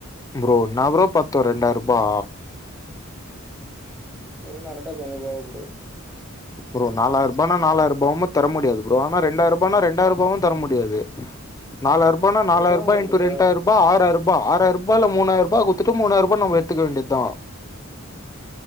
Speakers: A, on the left; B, in the centre.
A: ப்ரோ என்னா ப்ரோ பத்து ரெண்டாயிர ரூபா
B: வேற என்ன இரண்டாயிரத்து ஐநூறு ரூவா குடு
A: ப்ரோ நாலாயிர ரூபானா நாலாயிர ரூபாவும் தர முடியாது ப்ரோ ஆனா இரண்டாயிர ரூபானா இரண்டாயிர ரூபாவும் தர முடியாது நாலாயிர ரூபானா நாலாயிர
B: எவ்வளோதான்
A: ரூபா
B: ப்ரோ
A: இன்
B: குடுப்ப
A: டூ இரண்டாயிர ரூபா ஆறாயிர ரூபா ஆறாயிர ரூபால மூணாயிர ரூபா குடுத்துட்டு மூணாயிர ரூபா நம்ம எடுத்துக்க வேண்டியதா